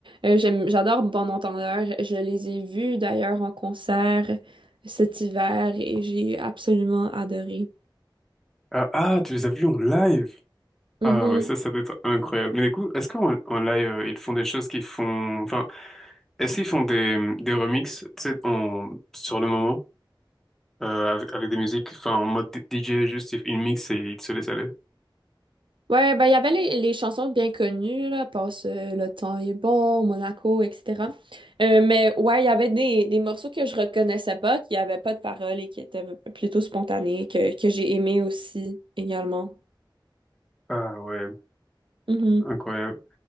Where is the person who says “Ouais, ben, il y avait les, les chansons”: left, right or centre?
Right